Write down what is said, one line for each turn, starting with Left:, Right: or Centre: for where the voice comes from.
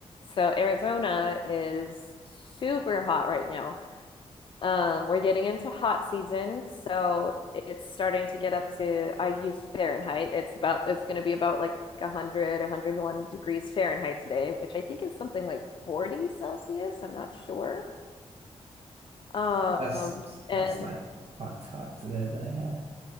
Left: So Arizona is super hot right now. Um, we're getting into hot season, so it's starting to get up to, I use Fahrenheit. It's about, it's going to be about like 100, 101 degrees Fahrenheit today, which I think is something like 40 Celsius. I'm not sure. Um,
Right: That's
Left: and
Right: that's like hot, hot weather, yeah.